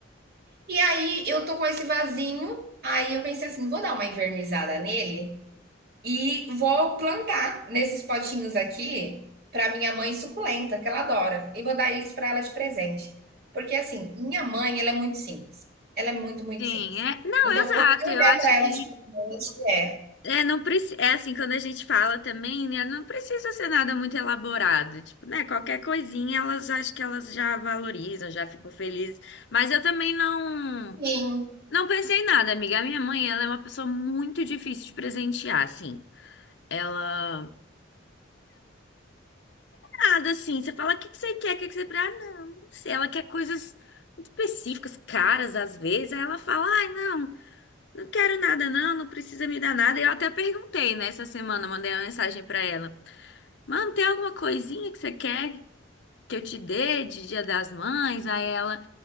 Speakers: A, on the right (about 50°); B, on the left (about 65°).
A: E aí eu tô com esse vasinho, aí eu pensei assim, vou dar uma invernizada nele e vou plantar nesses potinhos aqui para minha mãe suculenta, que ela adora, e vou dar isso para ela de presente. Porque assim, minha mãe, ela é muito simples. Ela é muito, muito
B: Sim,
A: simples.
B: é. Não,
A: Então,
B: exato,
A: o que eu
B: eu
A: der
B: acho
A: para
B: que.
A: ela de presente é,
B: É, não precisa é assim, quando a gente fala também, né? Não precisa ser nada muito elaborado. Tipo, né? Qualquer coisinha, elas acho que elas já valorizam, já ficam felizes. Mas eu também não
A: sim,
B: não pensei em nada, amiga. A minha mãe, ela é uma pessoa muito difícil de presentear, assim. Ela. Nada assim. Você fala, o que que você quer? O que que você. pre-" Ah, não, não sei. Ela quer coisas muito específicas, caras às vezes. Aí ela fala, ai, não. Não quero nada, não, não precisa me dar nada. Eu até perguntei, né, essa semana, mandei uma mensagem pra ela. Mano, tem alguma coisinha que você quer que eu te dê de Dia das Mães? Aí ela,